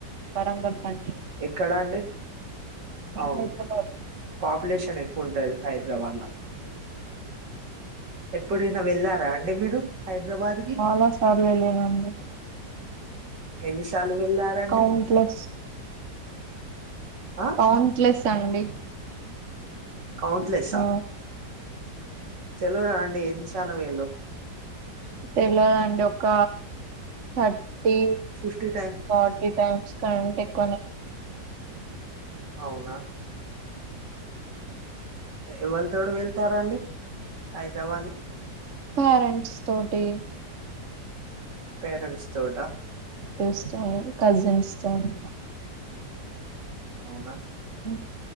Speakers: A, on the right; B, on the right.
A: వరంగల్ కంటే
B: ఎక్కడ అండి అవును
A: హైదరాబాద్
B: పాపులేషన్ ఎక్కువుంటది హైదరాబాద్లా ఎప్పుడైనా వెళ్ళారా అండి మీరు హైదరాబాద్ కి
A: చాలా సర్లే వెళ్లినండి
B: ఎన్నిసార్లు వెళ్ళారండి
A: కౌంట్ల్స్
B: ఆ
A: కౌంట్లెస్ అండి
B: కౌంట్లెస్సా
A: ఆ
B: తెల్వదండి ఎన్ని సార్లుపోయినరో
A: తెల్వదండి ఒక thirty
B: fifty time
A: forty times కంట ఎక్కువనే
B: అవునా ఎవళ తోడు వెళ్తారండి హైదరాబాదు
A: పేరెంట్స్ తోటి
B: పేరెంట్స్ తోట
A: స్టారు కజిన్స్తోని
B: అవునా
A: అ